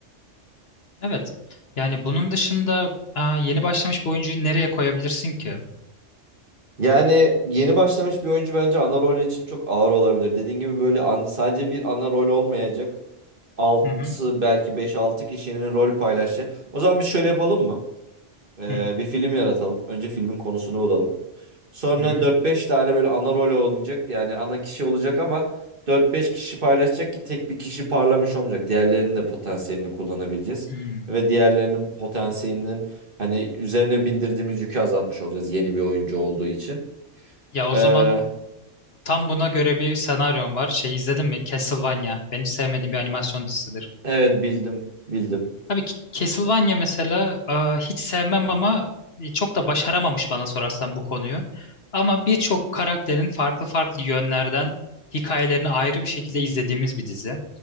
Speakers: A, on the left; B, on the right.
A: Evet. Yani bunun dışında aa, yeni başlamış bir oyuncuyu nereye koyabilirsin ki?
B: Yani yeni başlamış bir oyuncu bence ana rol için çok ağır olabilir. Dediğin gibi böyle an- sadece bir ana rol olmayacak. altı
A: Hı hı.
B: belki beş altı kişinin rol paylaşı. O zaman biz şöyle yapalım mı? E,
A: Hı
B: bir film yaratalım. Önce filmin konusunu bulalım. Sonra
A: hı. hı.
B: dört beş tane böyle ana rol oynayacak. Yani ana kişi olacak ama dört beş kişi paylaşacak ki tek bir kişi parlamış olmayacak. Diğerlerinin de potansiyelini kullanabileceğiz.
A: Hmm.
B: Ve diğerlerinin potansiyelinin hani üzerine bindirdiğimiz yükü azaltmış olacağız yeni bir oyuncu olduğu için.
A: Ya o
B: Ee,
A: zaman tam buna göre bir senaryon var. Şey izledin mi? Castlevania. Benim sevmediğim bir animasyon dizisidir.
B: evet bildim bildim.
A: Abi K- Castlevania mesela e, hiç sevmem ama e, çok da başaramamış bana sorarsan bu konuyu. Ama birçok karakterin farklı farklı yönlerden hikayelerini ayrı bir şekilde izlediğimiz bir dizi.